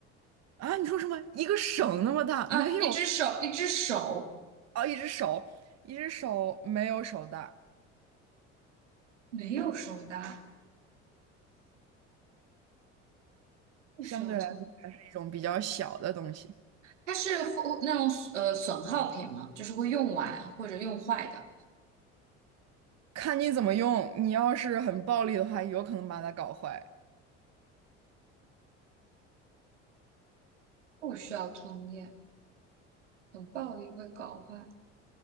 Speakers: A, on the right (about 45°); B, on the right (about 85°).
A: 啊！你说什么？一个手那么大？
B: 啊，
A: 没有
B: 一只手一只手
A: 啊，一只手，一只手没有手大，
B: 没有手大，不需要通，
A: 相对来说还是一种比较小的东西，
B: 它是会那种呃损耗品嘛，就是会用完或者用坏的，
A: 看你怎么用。你要是很暴力的话，有可能把它搞坏，
B: 不需要通电，很暴力会搞坏，